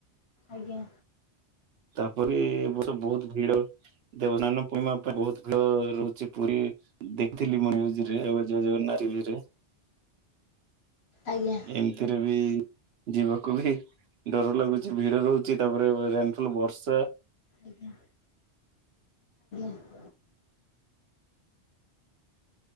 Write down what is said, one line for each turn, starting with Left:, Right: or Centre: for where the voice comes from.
Left: ଆଜ୍ଞା।
Right: ତାପରେ ଏ ବର୍ଷ ବହୁତ ଭିଡ। ଦେବନାନ ପୂର୍ଣିମା ବହୁତ ଭିଳ ରହୁଛି ପୁରୀ ଦେଖିଥିଲି ମୁଁ ୟରେ ଜଗନ୍ଟିଭିରେ।
Left: ଆଜ୍ଞା।
Right: ଏମିତିରେ ବି ଯିବାକୁ ବି ଡର ଲାଗୁଛି ଭିଡ ରହୁଛି। ତାପରେ ରେନଫଲ ବର୍ଷା।
Left: ଅଜ୍ଞା ଆଜ୍ଞା।